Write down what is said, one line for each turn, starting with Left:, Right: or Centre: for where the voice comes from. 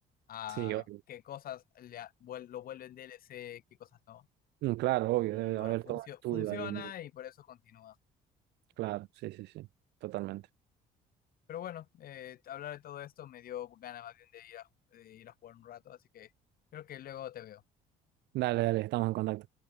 Left: a
Right: Sí, obvio.
Left: qué cosas le a- vuel- lo vuelven DLC, qué cosas no.
Right: Mm, Claro, obvio,
Left: Y
Right: debe de
Left: bueno,
Right: haber
Left: funcio-
Right: todo un estudio
Left: funciona
Right: ahí en medio.
Left: y por eso continúa.
Right: Claro, sí, sí, sí, totalmente.
Left: Pero bueno, eh, hablar de todo esto me dio ganas más bien de ir a, de ir a jugar un rato, así que creo que luego te veo.
Right: Dale, dale, estamos en contacto.